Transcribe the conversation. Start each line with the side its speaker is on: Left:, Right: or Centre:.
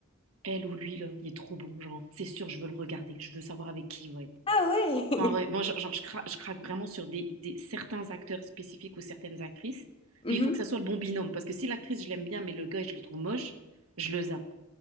Right: elle ou lui, là, il est trop bon, genre. C'est sûr, je veux le regarder. Je veux savoir avec qui il va être.
Left: ah ouais! <laughs>
Right: En vrai, moi, genre, genre, je cra- je craque vraiment sur des, des- certains acteurs spécifiques ou certaines actrices.
Left: Mhm.
Right: Puis il faut que ça soit le bon binôme, parce que si l'actrice, je l'aime bien, mais le gars, je le trouve moche, je le zappe.